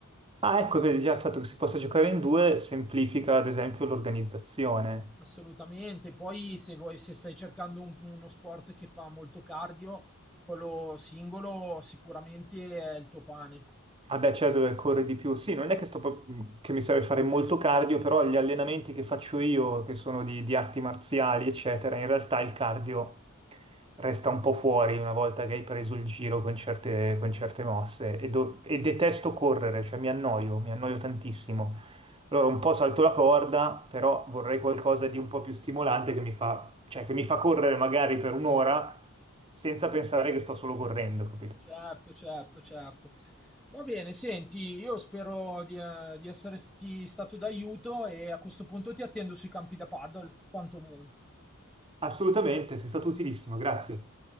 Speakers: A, on the right (about 25°); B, in the centre.
A: Ah, ecco, vedi, già il fatto che si possa giocare in due semplifica, ad esempio, l'organizzazione.
B: assolutamente. Poi se vuoi, se stai cercando un- uno sport che fa molto cardio, quello singolo sicuramente è il tuo pane.
A: Ah beh, certo, deve correre di più. Sì, non è che, sto pro- che mi serve fare molto cardio, però gli allenamenti che faccio io, che sono di, di arti marziali, eccetera, in realtà il cardio resta un po' fuori una volta che hai preso il giro con certe, con certe mosse. E, do- e detesto correre, cioè mi annoio, mi annoio tantissimo. Allora un po' salto la corda, però vorrei qualcosa di un po' più stimolante che mi fa, cioè che mi fa correre magari per un'ora senza pensare che sto solo correndo, capito?
B: Certo, certo, certo. Va bene, senti, io spero di, eh, di esserti stato d'aiuto e a questo punto ti attendo sui campi da paddle, quantomeno.
A: Assolutamente, sei stato utilissimo, grazie.